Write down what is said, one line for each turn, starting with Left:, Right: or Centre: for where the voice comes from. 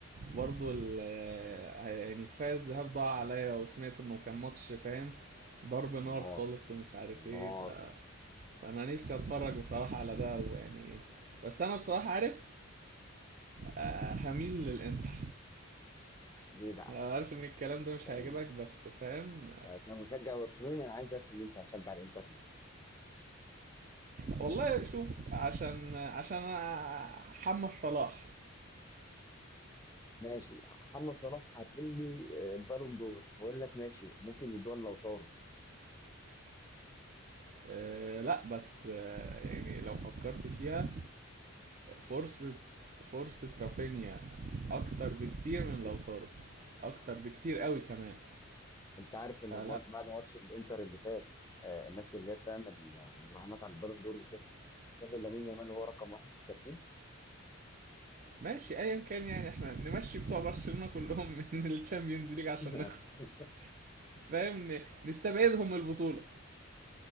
Right: برضو ال آه، يعني كفايه الذهاب ضاع عليا وسمعت انه كان ماتش فاهم ضرب
Left: كان
Right: نار
Left: نار
Right: خالص ومش عارف
Left: كان
Right: ايه
Left: نار
Right: ف... فانا نفسي اتفرج بصراحه على ده ويعني بس انا بصراحه عارف آه، هميل للانتر
Left: ليه بقى
Right: أنا عارف ان الكلام ده مش
Left: فاهمني
Right: هيعجبك بس فاهم
Left: يعني كمشجع برشلوني انا عايز افهم انت هتشجع الانتر ليه
Right: والله شوف عشان عشان أنا حمد صلاح
Left: ماشي محمد صلاح هتقول لي آه، البالون دور هقول لك ماشي ممكن يدوها لو طاروا
Right: أه لا بس أه يعني لو فكرت فيها فرصة فرصة رافينيا اكتر بكتير من لوتارو اكتر بكتير قوي كمان
Left: انت عارف ان
Right: فلا
Left: المات- بعد ماتش الانتر اللي فات آه، الناس اللي هي بتعمل آه، المراهنات على البالون دور وكده قالوا لامين يامال هو رقم واحد في الترتيب
Right: ماشي ايا كان يعني احنا نمشي بتوع برشلونة كلهم من <laughs> الشامبيونز ليج عشان
Left: <laughs>
Right: نخلص فاهم ن- نستبعدهم من البطولة